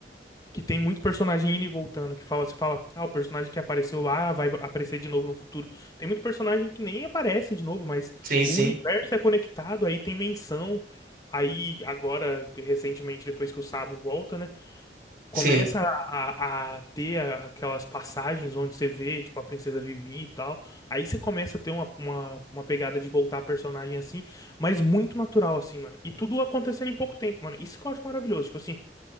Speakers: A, on the left (about 20°); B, on the right (about 50°).
A: que tem muito personagem indo e voltando, que fala, você fala, ah, o personagem que apareceu lá vai aparecer de novo no futuro. Tem muito personagem que nem aparece de novo, mas
B: Sim,
A: o
B: sim,
A: universo é conectado, aí tem menção. Aí, agora, recentemente, depois que o Sabo volta, né? Começa
B: sim.
A: a, a ter a- aquelas passagens onde você vê, tipo, a Princesa Vivi e tal. Aí você começa a ter uma, uma, uma pegada de voltar a personagem assim, mas muito natural, assim, mano. E tudo acontecendo em pouco tempo, mano. Isso que eu acho maravilhoso. Tipo assim,